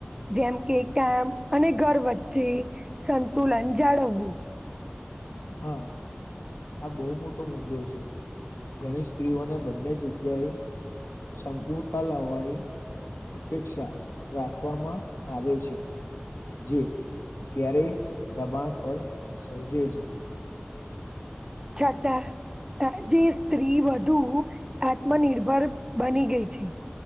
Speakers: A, on the right (about 15°); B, on the left (about 85°).
A: જેમ કે કામ અને ઘર વચ્ચે સંતુલન જાળવું.
B: હા. આ બો મોટો મુદ્દો છે. ઘણી સ્ત્રીઓને બંને જગ્યાએ સંપૂરતા લાવાની. અપેક્ષા રાખવામાં આવે છે. જે ક્યારેય દબાણ પર સર્જે છે.
A: છતા. આજે સ્ત્રી વધુ આત્મનિર્ભર બની ગય છે.